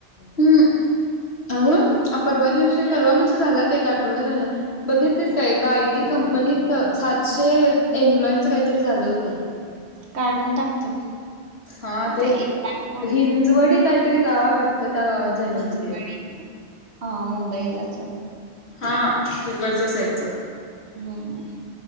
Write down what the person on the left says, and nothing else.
हम्म. अगं परवा दिवशी परवा म्हणजे झालात एक आठवडा झाला. बघितलेस काय? एका आयटी कंपनीत सातशे एम्प्लॉईनच काहीतरी झालं होतं.
हा
ते
हिंजवडी काहीतरी गावे वाटतं. त्या गावात. झालं
होतं ते.
हा तिकडच्या साईडच.